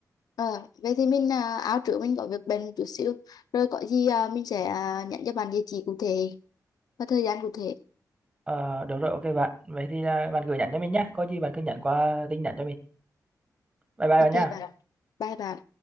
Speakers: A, on the left; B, on the right.
A: Ờ, vậy thì mình à, áo trước mình có việc bận một chút xíu rồi có gì à, mình sẽ à, nhắn cho bạn địa chỉ cụ thể và thời gian cụ thể
B: Ờ, được rồi, ok bạn. Vậy thì à, bạn gửi nhắn cho mình nhé. Có gì bạn cứ nhắn qua tin nhắn cho mình. Bye bye
A: ok
B: bạn nha
A: bạn bye bạn